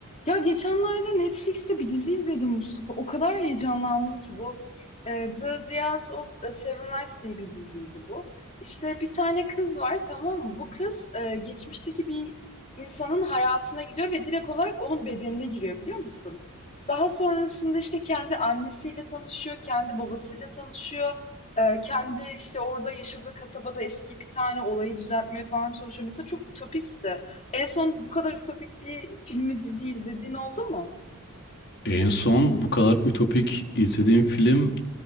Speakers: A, on the left; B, on the left.
A: Ya geçenlerde Netflix'te bir dizi izledim Mustafa. O kadar heyecanlandım ki bu e, The Lias of e, Seven Lives diye bir diziydi bu. İşte bir tane kız var tamam mı? Bu kız e, geçmişteki bir insanın hayatına gidiyor ve direkt olarak onun bedenine giriyor biliyor musun? Daha sonrasında işte kendi annesiyle tanışıyor, kendi babasıyla tanışıyor. E, kendi işte orada yaşadığı kasabada eski bir tane olayı düzeltmeye falan çalışıyor. Mesela çok ütopikti. En son bu kadar ütopik bir filmi dizi izlediğin oldu mu?
B: En son bu kadar ütopik izlediğim film